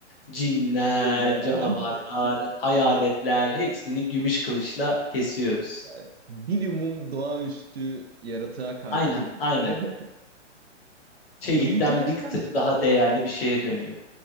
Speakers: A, on the left; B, on the right.
A: cinler,
B: Yine her
A: canavarlar,
B: şey.
A: hayaletler hepsini gümüş kılıçla kesiyoruz.
B: Evet. Bilumum doğaüstü yaratığa karşı.
A: Aynen, aynen.
B: <laughs>
A: Çelikten
B: Büyücülere
A: bir tık
B: karşı.
A: daha değerli bir şeye dönüyor.